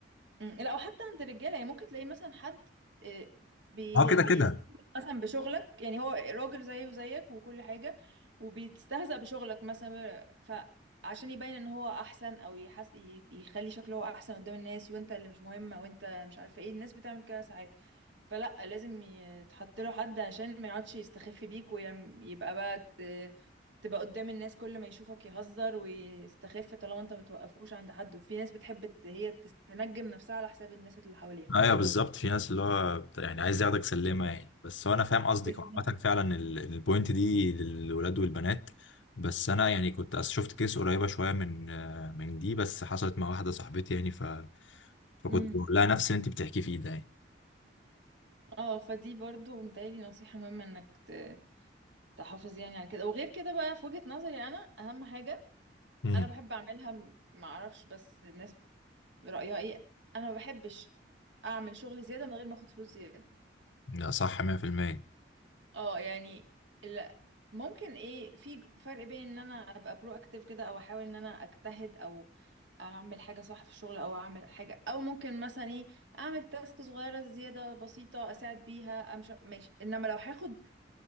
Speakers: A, on the right (about 75°); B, on the left (about 75°).
A: مم. لا وحتى عند الرجاله يعني ممكن تلاقي مثلا حد آه، بي
B: اه كده
A: بيستهزأ
B: كده
A: مثلا بشغلك يعني هو راجل زيه وزيك وكل حاجه وبيتستهزأ بشغلك مثلا فعشان يبين ان هو احسن او يحس ي- يخلي شكله هو احسن قدام الناس وانت اللي مش مهمه وانت مش عارفه ايه الناس بتعمل كده ساعات فلا لازم يتحط له حد عشان ما يقعدش يستخف بيك ويبقى بقى تبقى قدام الناس كل ما يشوفك يهزر ويستخف طالما انت متوقفوش عند حد وفي ناس بتحب ت- هي تس- تنجم نفسها على حساب الناس اللي حواليها
B: ايوه بالظبط في ناس اللي هو بت- يعني عايز ياخدك سلمه يعني بس هو انا فاهم قصدك
A: بالظبط
B: عامه فعلا ال- البوينت دي للولاد والبنات بس انا يعني كنت أس- شفت كيس قريبه شويه من آه، من دي بس حصلت مع واحده صاحبتي يعني ف... فكنت
A: امم
B: بقول لها نفس اللي انت بتحكي فيه ده يعني
A: اه فدي برضو متهيألي نصيحة مهمة انك ت- تحافظ يعني على كده وغير كده بقى في وجهة نظري انا اهم حاجة
B: امم
A: انا بحب اعملها م- معرفش بس الناس رأيها ايه انا ما بحبش اعمل شغل زيادة من غير ما اخد فلوس زيادة
B: لا صح 100%
A: اه يعني لا ممكن ايه في فرق بين ان انا ابقى برو اكتيف كده او احاول ان انا اجتهد او اعمل حاجه صح في الشغل او اعمل حاجه او ممكن مثلا ايه اعمل تاسك صغيره زياده بسيطه اساعد بيها امشي ماشي انما لو هاخد